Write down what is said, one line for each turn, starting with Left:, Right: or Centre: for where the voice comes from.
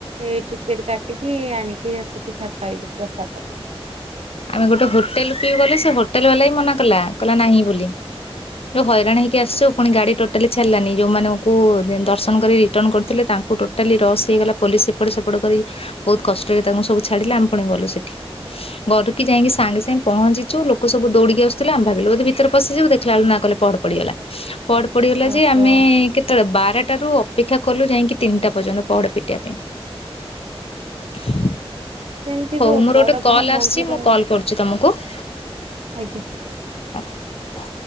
Right: ଏ ଟିକେଟ କାଟିକି ଆଣିକି ସେଠି ପାଇଲୁ ପ୍ରସାଦ।
Left: ଆମେ ଗୋଟେ ହୋଟେଲ ପିଇ ଗଲୁ ସେ ହୋଟେଲ ବାଲା ହି ମନା କଲା କଲା ନାହିଁ ବୋଲି, ଯୋଉ ହଇରାଣ ହେଇ ଆସିଚୁ ପୁଣି ଗାଡି ଟୋଟାଲି ଛାଡ଼ିଲାନି ଯୋଉମାନେ କୁ ଦର୍ଶନ କରି ରିଟର୍ଣ କରିଥିଲେ ତାଙ୍କୁ ଟୋଟାଲି ରସ ହେଇଗଲା ପୋଲିସ ସେପଟେ ସେପଟେ କରି ବହୁତ କଷ୍ଟରେ ତାଙ୍କୁ ସବୁ ଛାଡିଲେ ଆମେ ପୁଣି ଗଲୁ ସେଠି। ଘରୁୁ କି ଯାଇକି ସାଙ୍ଗେ ସାଙ୍ଗେ ପହଞ୍ଚିଛୁ ଲୋକ ସବୁ ଦୌଡିକି ଆସୁଥିଲେ ଆମେ ଭାବିଲୁ ବୋଧେ ଭିତରେ ପଶିଯିବୁ ଦେଖିଲା ବେଳୁ ନା ପହଡ଼ ପଡ଼ିଗଲା ପହଡ଼ ପଡ଼ିଗଲା
Right: ଓହୋ
Left: ଯେ ଆମେ କେତେଲ ବାର୍ ଟା ରୁ ଅପେକ୍ଷା କଲୁ ଯାଇକି ତିନିଟା ପର୍ଯ୍ୟନ୍ତ ପହଡା ପିଟିବା ପାଇଁ।
Right: ସେମିତି
Left: ହଉ
Right: ବ
Left: ମୋର
Right: ବଡ
Left: ଗୋଟେ କଲ୍
Right: ବଡ ମନ୍ଦିର
Left: ଆସିଛି ମୁଁ କଲ୍ କରୁଛି ତମକୁ। <inaudible>
Right: ଆଜ୍ଞା।
Left: ହ <unintelligible>